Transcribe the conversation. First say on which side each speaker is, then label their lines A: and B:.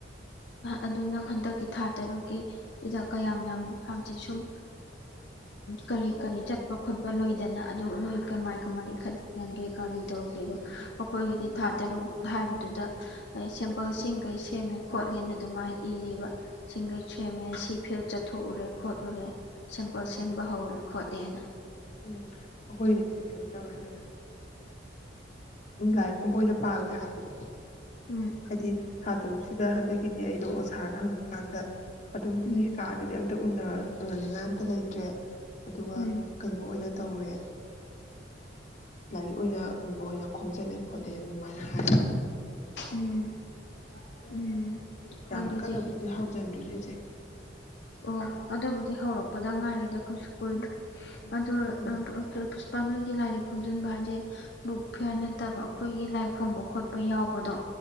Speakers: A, on the left; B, on the left.
A: ꯑꯗꯨ ꯅꯪ ꯍꯟꯗꯛꯀꯤ ꯊꯥ ꯇꯔꯨꯛꯀꯤ ꯁꯤꯗ ꯀꯌꯥꯝ ꯌꯥꯝ ꯍꯪꯆꯤꯠ ꯁꯨꯝ ꯀꯔꯤ ꯀꯔꯤ ꯆꯠꯄ ꯈꯣꯠꯄ ꯂꯣꯏꯗꯅ ꯑꯗꯨ ꯅꯣꯏ ꯀꯃꯥꯏ
B: ꯎꯝ
A: ꯀꯃꯥꯏ ꯏꯈꯠꯅꯒꯦ ꯀꯔꯤ ꯇꯧꯒꯦꯗꯣ ꯑꯩꯈꯣꯏꯒꯤꯗꯤ ꯊꯥ ꯇꯔꯨꯛ ꯍꯥꯏꯕꯗꯨꯗ ꯑꯩ ꯁꯦꯝꯄꯜꯁꯤꯡꯈꯩ ꯁꯦꯝꯃꯦ ꯈꯣꯠꯂꯦꯅ ꯑꯗꯨꯃꯥꯏ ꯏꯌꯦꯕ ꯁꯤꯡꯈꯩ ꯁꯦꯝꯃꯦ
B: ꯎꯝ
A: ꯁꯤ ꯐꯤꯜ ꯆꯠꯊꯣꯛꯎꯔꯦ ꯍꯣꯠꯂꯨꯔꯦ ꯁꯦꯝꯄꯜ
B: ꯎꯝ
A: ꯁꯦꯝꯕ ꯍꯧꯔꯦ ꯈꯣꯏ <inaudible>
B: ꯎꯝ ꯑꯩꯈꯣꯏꯅꯤꯁꯦ ꯀꯩꯅꯣ ꯇꯧꯔꯦ ꯑꯣꯏꯅ ꯂꯥꯏꯔꯤꯛꯀꯨꯝꯕ ꯑꯣꯏꯅ ꯄꯥꯒꯦ ꯍꯥꯏꯕꯗꯣ
A: ꯎꯝ
B: ꯍꯥꯏꯗꯤ ꯊ ꯇꯁꯤꯗ ꯍꯟꯗꯛꯀꯤꯗꯤ ꯑꯩꯗꯣ ꯑꯣꯁꯥꯔꯗ ꯍꯪꯕ ꯀꯥꯟꯗ ꯑꯗꯨꯃꯤꯒꯤ
A: ꯎꯝ
B: ꯀꯥꯗꯗꯤ ꯑ ꯑꯗꯨ ꯎꯟꯅ ꯎꯅꯅꯤꯡꯉ ꯑꯇ ꯂꯩꯇ꯭ꯔꯦ ꯑꯗꯨꯒ
A: ꯎꯝ
B: ꯑꯣꯏꯅ ꯇꯧꯔꯦ ꯂꯥꯏꯔꯤꯛ ꯑꯣꯏꯅꯒꯨꯝꯕ ꯑꯣꯏꯅ ꯈꯣꯝꯖꯤꯜꯂꯦ ꯈꯣꯗꯦ ꯑꯗꯨꯃꯥꯏꯅ ꯍꯥꯏ <inaudible>
A: ꯎꯝ ꯎꯝ
B: ꯌꯥꯝ
A: ꯑꯗꯨꯗꯤ
B: ꯀꯟꯅꯕꯨꯗꯤ ꯍꯧꯖꯤꯟꯗꯔꯤꯗ ꯑꯩꯁꯦ
A: ꯑꯣ ꯑꯗꯨꯕꯨꯗꯤ ꯍꯧꯔꯛꯄꯗ ꯉꯥꯏꯔꯤꯗ ꯀꯩꯏꯁꯨ ꯀꯣꯏꯅ ꯑꯗ
B: ꯎꯝ
A: ꯄꯨꯁꯄꯥꯅ ꯂꯥꯏꯔꯤꯛ ꯈꯣꯝꯖꯤꯟꯕ ꯍꯥꯏꯁꯦ ꯕꯨꯛ ꯐꯤꯌꯥꯔ ꯅꯠꯇꯕ ꯑꯩꯈꯣꯏꯒꯤ ꯂꯥꯏꯔꯤꯛ ꯈꯣꯡꯕ ꯈꯣꯠꯄ ꯌꯥꯎꯕꯗꯣ